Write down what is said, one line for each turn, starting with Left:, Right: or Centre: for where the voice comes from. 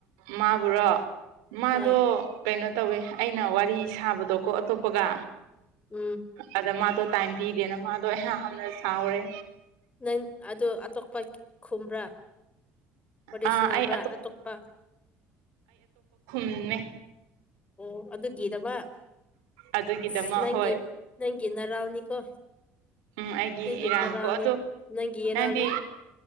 Right: ꯃꯥꯕꯨꯨꯔꯣ ꯃꯥꯗꯣ
Left: ꯍꯣꯏ
Right: ꯀꯩꯅꯣ ꯇꯧꯋꯦ ꯑꯩꯅ ꯋꯥꯔꯤ ꯁꯥꯕꯗꯣꯀꯣ ꯑꯇꯣꯞꯄꯒ
Left: ꯎꯝ
Right: ꯑꯗꯥ ꯃꯥꯗꯣ ꯇꯥꯏꯝ ꯄꯤꯗꯦꯅ ꯃꯥꯗꯣ ꯌꯥꯝꯅ ꯁꯥꯎꯌꯦ
Left: ꯅꯪ ꯑꯗꯨ ꯑꯇꯣꯞꯄ ꯈꯨꯝꯕ꯭ꯔꯥ ꯋꯥꯔꯤ
Right: ꯑꯥ
Left: ꯁꯥꯟꯅꯕ꯭ꯔꯥ
Right: ꯑꯩ
Left: ꯑꯇꯣꯞꯄ
Right: ꯑꯝꯃꯦ
Left: ꯑꯝ ꯑꯗꯨꯒꯤꯗꯃꯛ
Right: ꯑꯗꯨꯒꯤꯗꯃꯛ
Left: ꯑꯁ ꯅꯪꯒꯤ
Right: ꯍꯣꯏ
Left: ꯅꯪꯒꯤ ꯅꯔꯥꯎꯅꯤꯀꯣ
Right: ꯎꯝ ꯑꯩꯒꯤ
Left: ꯅꯪꯒꯤ
Right: ꯏꯔꯥꯟꯀꯣ
Left: ꯃꯥꯔꯥꯜꯅꯤ
Right: ꯑꯗꯣ
Left: ꯅꯪꯒꯤ ꯏꯔꯥꯜꯅꯤ
Right: ꯅꯪꯗꯤ